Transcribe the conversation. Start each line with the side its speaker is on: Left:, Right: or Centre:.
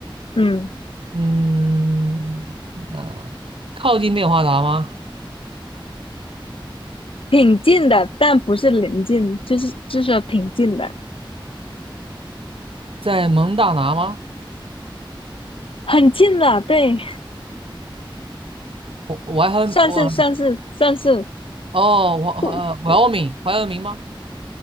Left: 嗯，
Right: 嗯，那靠近内华达吗？
Left: 挺近的，但不是临近，就是就是说挺近的，
Right: 在蒙大拿吗？
Left: 很近了，对，
Right: 我我还很我
Left: <laughs> 算是算是算是
Right: 哦，我呃，
Left: 不不，
Right: 怀俄明，怀俄明吗？